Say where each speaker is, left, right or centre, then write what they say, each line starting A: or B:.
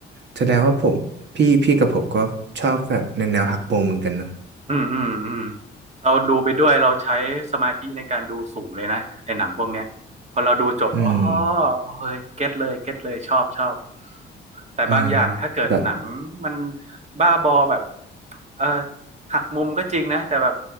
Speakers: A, on the right; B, on the right.
A: แสดงว่าผมพี่พี่กับผมก็ชอบแบบแนวแนวหักมุมเหมือนกันเนอะ
B: อืมอืมอืมเราดูไปด้วยเราใช้สมาธิในการดูสูงเลยนะในหนังพวกเนี้ยพอเราดูจบอ๋อ
A: <laughs> อืม
B: เฮ้ยเก็ตเลยเก็ตเลยชอบชอบแต่บางอย่างถ้าเกิดหนังมัน
A: เออแบบ
B: บ้าบอแบบเออหักมุมก็จริงนะแต่แบบ